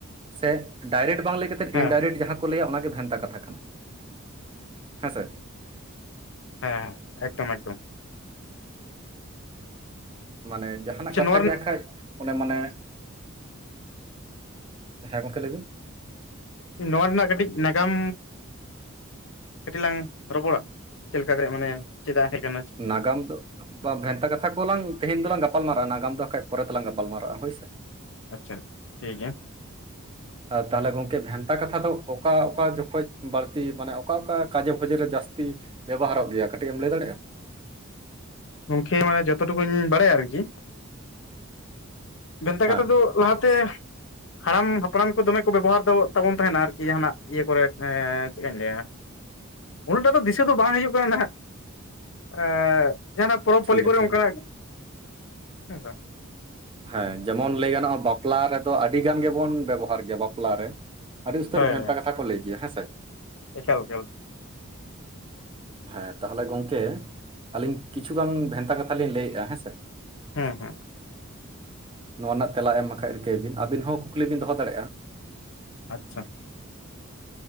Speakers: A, on the right (about 25°); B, on the left (about 65°).
A: ᱥᱮ ᱰᱟᱭᱨᱮᱠᱴ ᱵᱟᱝ ᱞᱟᱹᱭ ᱠᱟᱛᱮᱫ
B: ᱦᱮᱸ
A: ᱤᱱᱰᱟᱭᱨᱮᱠᱴ ᱡᱟᱦᱟᱸ ᱠᱚ ᱞᱟᱹᱭᱟ ᱚᱱᱟᱜᱮ ᱵᱷᱮᱱᱛᱟ ᱠᱟᱛᱷᱟ ᱠᱟᱱᱟ᱾ ᱦᱮᱸᱥᱮ?
B: ᱦᱮᱸ ᱮᱠᱫᱚᱢ ᱮᱠᱫᱚᱢ
A: ᱢᱟᱱᱮ ᱡᱟᱦᱱᱟᱜ
B: ᱟᱪᱪᱷᱟ
A: ᱠᱟᱛᱷᱟ
B: ᱱᱚᱣᱟ
A: ᱜᱮ
B: ᱨᱮᱱᱟᱜ
A: ᱦᱟᱜ ᱠᱷᱟᱡ ᱚᱱᱮ ᱢᱟᱱᱮ, ᱦᱮᱸ ᱜᱚᱝᱠᱮ ᱞᱮᱵᱤᱱ
B: ᱱᱚᱣᱟ ᱨᱮᱱᱟᱜ ᱠᱟᱹᱴᱤᱡ ᱱᱟᱜᱟᱢ ᱠᱟᱹᱴᱤᱡ ᱞᱟᱝ ᱨᱚᱯᱚᱲᱟ ᱪᱮᱫ ᱞᱮᱠᱟᱛᱮ ᱢᱟᱱᱮ ᱪᱮᱫᱟᱜ ᱦᱮᱡ ᱠᱟᱱ
A: ᱱᱟᱜᱟᱢ ᱫᱚ ᱵᱷᱮᱱᱛᱟ ᱠᱟᱛᱷᱟ ᱠᱚᱞᱟᱝ ᱛᱮᱦᱮᱧ ᱫᱚᱞᱟᱝ ᱜᱟᱯᱟᱞᱢᱟᱨᱟᱜᱼᱟ ᱱᱟᱜᱟᱢ ᱫᱚ ᱵᱟᱠᱟᱡ ᱯᱚᱨᱮ ᱛᱮᱞᱟᱝ ᱜᱟᱯᱟᱞ ᱢᱟᱨᱟᱨᱟᱜᱼᱟ ᱦᱳᱭᱥᱮ
B: ᱟᱪᱪᱷᱟ ᱴᱷᱤᱠ ᱜᱮᱭᱟ
A: ᱛᱟᱦᱚᱞᱮ ᱜᱚᱝᱠᱮ ᱵᱷᱮᱱᱛᱟ ᱠᱟᱛᱷᱟ ᱫᱚ ᱚᱠᱟ ᱚᱠᱟ ᱡᱚᱠᱷᱚᱡ ᱵᱟᱹᱲᱛᱤ ᱢᱟᱱᱮ ᱚᱠᱟ ᱚᱠᱟ ᱠᱟᱡᱮ ᱵᱷᱚᱡᱮ ᱨᱮ ᱡᱟᱹᱥᱛᱤ ᱵᱮᱵᱚᱦᱟᱨᱚᱜ ᱜᱮᱭᱟ ᱠᱟᱹᱴᱤᱡ ᱮᱢ ᱞᱟᱹᱭ ᱫᱟᱲᱮᱭᱟᱜᱼᱟ
B: ᱜᱚᱝᱠᱮ ᱢᱟᱱᱮ ᱡᱚᱛᱚ ᱴᱩᱠᱩᱧ ᱵᱟᱲᱟᱭᱟ ᱟᱨᱠᱤ, ᱵᱷᱮᱱᱛᱟ
A: ᱦᱮᱸ
B: ᱠᱟᱛᱷᱟ ᱫᱚ ᱞᱟᱦᱟᱛᱮ ᱦᱟᱲᱟᱢ ᱦᱟᱯᱲᱟᱢ ᱠᱚ ᱫᱚᱢᱮ ᱠᱚ ᱵᱮᱵᱚᱦᱟᱨ ᱛᱟᱵᱚᱱ ᱛᱟᱦᱮᱱᱟ ᱟᱨᱠᱤ ᱡᱟᱦᱟᱱᱟᱜ ᱤᱭᱟᱹ ᱠᱚᱨᱮ ᱪᱮᱫ ᱤᱧ ᱞᱟᱹᱭᱟ ᱩᱱᱟᱹᱜᱴᱟ ᱫᱚ ᱫᱤᱥᱟᱹ ᱫᱚ ᱵᱟᱝ ᱦᱤᱡᱩᱜ ᱠᱟᱱᱟ ᱱᱟᱦᱟᱜ ᱮᱸᱻ ᱡᱟᱦᱱᱟᱜ ᱯᱚᱨᱚᱵᱽ
A: ᱴᱷᱤᱠ
B: ᱯᱟᱹᱞᱤ ᱠᱚᱨᱮ
A: ᱟᱪᱷᱮ
B: ᱚᱱᱠᱟᱱᱟᱜ ᱦᱮᱸᱥᱮ
A: ᱦᱮᱸ, ᱡᱮᱢᱚᱱ ᱞᱟᱹᱭ ᱜᱟᱱᱚᱜᱼᱟ ᱵᱟᱯᱞᱟ ᱨᱮᱫᱚ ᱟᱹᱰᱤ ᱜᱟᱱ ᱜᱮᱵᱚᱱ ᱵᱮᱵᱚᱦᱟᱨ ᱜᱮᱭᱟ ᱵᱟᱯᱞᱟᱨᱮ ᱟᱹᱰᱤ ᱩᱥᱛᱟᱹᱨ
B: ᱦᱳᱭ
A: ᱵᱷᱮᱱᱛᱟ ᱠᱟᱛᱷᱟ ᱠᱚ ᱞᱟᱹᱭ ᱜᱮᱭᱟ ᱦᱮᱸᱥᱮ
B: ᱮᱠᱟᱞ ᱮᱠᱟᱞ
A: ᱦᱮᱸ ᱛᱟᱦᱚᱞᱮ ᱜᱚᱝᱠᱮ ᱟᱹᱞᱤᱧ ᱠᱤᱪᱷᱩᱜᱟᱱ ᱵᱷᱮᱱᱛᱟ ᱠᱟᱛᱷᱟ ᱞᱤᱧ ᱞᱟᱹᱭᱮᱜᱼᱟ ᱦᱮᱸᱥᱮ
B: ᱦᱮᱸ ᱦᱮᱸ
A: ᱱᱚᱣᱟ ᱨᱮᱱᱟᱜ ᱛᱮᱞᱟ ᱮᱢ ᱨᱮᱱᱟᱜ ᱠᱷᱟᱡ ᱨᱤᱠᱟᱹᱭ ᱵᱤᱱ ᱟᱹᱵᱤᱱ ᱦᱚᱸ ᱠᱩᱠᱞᱤ ᱵᱤᱱ ᱫᱚᱦᱚ ᱫᱟᱲᱮᱭᱟᱜᱼᱟ
B: ᱟᱪᱪᱷᱟ